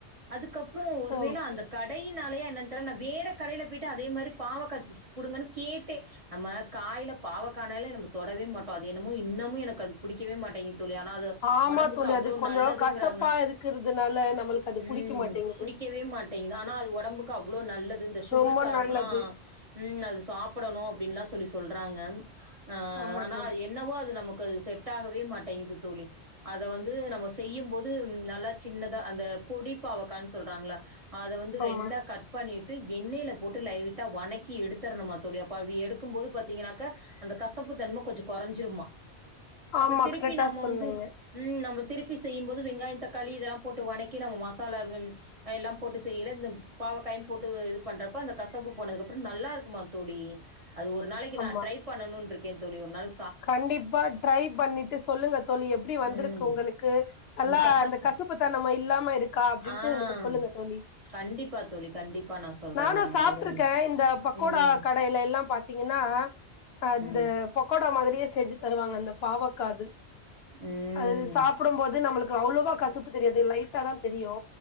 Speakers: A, on the right (about 30°); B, on the left (about 70°).
A: அதுக்கப் ப்றோம் ஒருவேளை
B: ஓ
A: அந்த கடையின் நாளேயோ என்னவோ தெரில நா வேற கடையிலே போயிட்டு அதே மாதிரி பாவக்கா சிப்ஸ் குடுங்கனு கேட்டே நம்ம காய்ல பாவக்கானாலே நம்ப தொடவே மாட்டோம் அது என்னமோ இன்னமும் எனக்கு அது புடிக்கவே மாட்டேங்குது தோழி ஆனா அது
B: ஆமா
A: ஒடம்புக்கு
B: தோழி
A: அவ்ளோ
B: அது கொஞ்சோ
A: நல்லதுங்கறாங்க
B: கசப்பா இருக்கிறதுனால நம்மளுக்கு அது
A: உம்
B: புடிக்க மாட்டேங்குது
A: புடிக்கவே மாட்டேங்குது ஆனா அது ஓடம்பு க அவ்ளோ நல்லது இந்த சுகர்
B: ரொம்ப
A: காரவங்களா
B: நல்லது
A: உம் அது சாப்படணும் அப்டின்னுலெல்லாம் சொல்லி சொல்றாங்க ஆ
B: ஆமா
A: ஆனா
B: தோழி
A: என்னவோ அது நமக் செட் ஆகவே மாட்டேங்குது தோழி அத வந்து நம்ம செய்யும்போது நல்லா சின்னதா அந்த பொடிப்பாவக்கான்னு சொல்றாங்கள அத வந்து
B: ஆமா
A: ரெண்டா கட் பண்ணி எண்ணெயில போட்டு லைட்டா வணக்கி எடுத்தறணுமா தோழி எடுக்கும்போது பாத்தீங்கன்னாக்க அந்த கசப்பு தன்மை கொஞ்சம் குறைஞ்சிருமா அப்ப
B: ஆமா
A: திருப்பி
B: கரெக்டா
A: நம்ம
B: சொன்னீங்க
A: வந்து உம் நம்ம திருப்பி செய்யும் போது வெங்காயந் தக்காளி இதலா போட்டு வனக்கி நம்மு மசாலாவுன் அஹ் எல்லாம் போட்டு செய்யில இந்த பாவக்காயும் போட்டு இது பண்றப்ப அந்த கசபு போனதுக்கப்புறன் நல்லா இருக்குமா தோழி அது ஒரு நாளைக்கு
B: ஆமா
A: நான் ட்ரை பண்ணணுன் ட்ருக்கேன் தோழி ஒர் நாளு
B: கண்டிப்பா ட்ரை பண்ணிட்டு சொல்லுங்க தோழி எப்டி வந்திருக்கு
A: ம்
B: உங்களுக்கு நல்லா
A: ம், கசப்பு
B: அந்த கசுப்புதனமா இல்லாம இருக்கா அப்டின்ட்டு
A: ஆ
B: எனக்கு சொல்லுங்க தோழி
A: கண்டிப்பா தோழி கண்டிப்பா நான் சொல்றேன்
B: நானு
A: நான்
B: சாப்ட்ருக்க
A: அது நீ-
B: இந்த பக்கோடா
A: ம்
B: கடைல எல்லாம் பாத்தீங்கனா அ
A: ம்
B: து பக்கோ தா மாதிரியே செஞ்சு தருவாங்க அந்த பாவக்காது
A: ம்
B: அது சாப்புடும் போது நம்முளுக் கவுளவோ கசப்பு தெரியாது லைட்டா தான் தெரியு